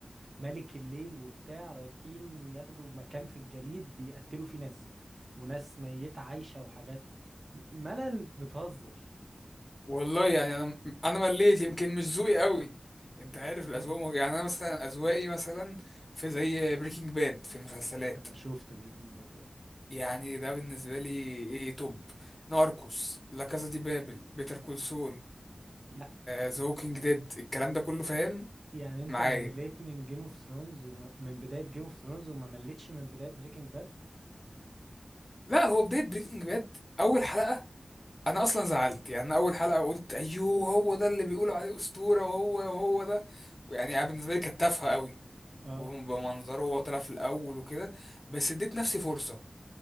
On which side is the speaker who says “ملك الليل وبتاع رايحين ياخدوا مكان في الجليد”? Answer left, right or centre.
Right